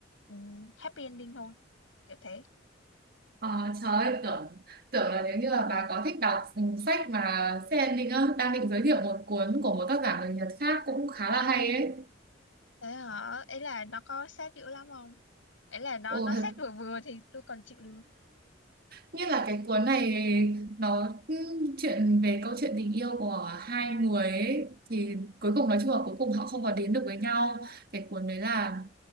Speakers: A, on the left; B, on the right.
A: ừm, happy ending thôi kiểu thế
B: Ờ, trời ơi, tưởng tưởng là nếu như là bà có thích đọc ừ, sách mà sad ending á, đang định giới thiệu một cuốn của một tác giả người Nhật khác cũng khá là hay ấy.
A: thế hả ấy là nó có sad dữ lắm không ấy là nó
B: Ừ,
A: nó sad vừa vừa thì tôi còn chịu được
B: Nghĩa là cái cuốn này nó ừ, chuyện về câu chuyện tình yêu của hai người ấy, thì cuối cùng nói chung là cuối cùng họ không có đến được với nhau. Cái cuốn đấy là